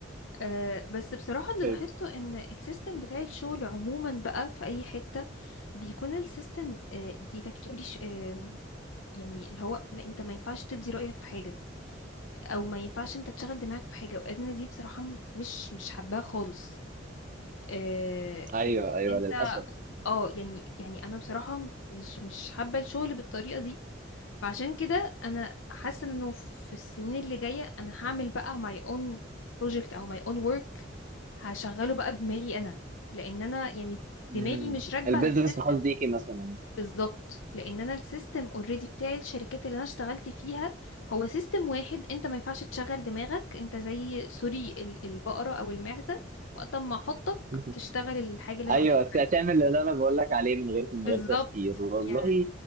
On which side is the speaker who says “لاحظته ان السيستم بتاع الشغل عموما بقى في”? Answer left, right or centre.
Left